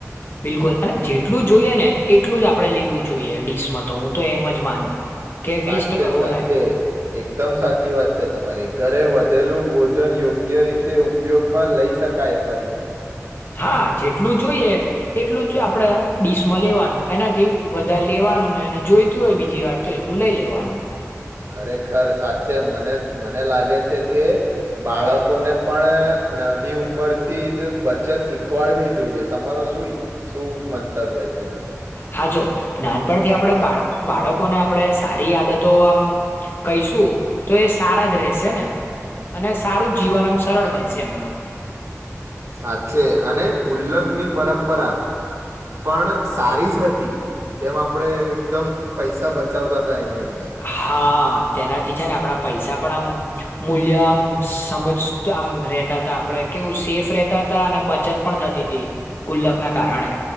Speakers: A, on the left; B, on the right.
A: બિલકુલ અને જેટલું જોઈએ ને એટલું જ આપડે લેવું જોઈએ ડીશમાં તો હું તો એમ જ માનું. કે
B: સાચે
A: વેસ્ટ કરવો
B: સાચે
A: ના જોઈએ.
B: એકદમ સાચી વાત છે. તમારી ઘરે વધેલું ભોજન યોગ્ય રીતે ઉપયોગમાં લઈ શકાય ફરીથી.
A: હા જેટલું જોઈએ, એટલું જ આપણે ડીશમાં લેવાનું એનાથી વધારે લેવાનું ને અને જોઈતું હોય બીજી વાર તો એટલું લઈ લેવાનું.
B: ખરેખર સાચે મને મને લાગે છે કે, બાળકોને પણ નાની ઉંમર થી જ બચત શીખવાડવી જોઈએ તમારો શું શું મંતવ્ય છે એના પર
A: હા જો નાનપણથી આપડે બાળ બાળકો કોને આપડે સારી આદતો આમ કહીશું તો એ સારા જ રહેશે ને. અને સારું
B: સા
A: જીવન આમ સરળ બનશે એમનું.
B: સાચે અને ગુલ્લકની પરં પરા, પણ સારી જ હતી, જેમ આપડે એકદમ પૈસા બચાવતા હતા એની અંદર.
A: હા તેનાથી છે ને આપણા પૈસા પણ આમ મૂલ્ય આમ સમજ આમ રેતા હતા આપણેે કેવું સેફ રહેતા હતા અને બચત પણ થતી હતી. ગુલ્લકના
B: સા
A: કારણે.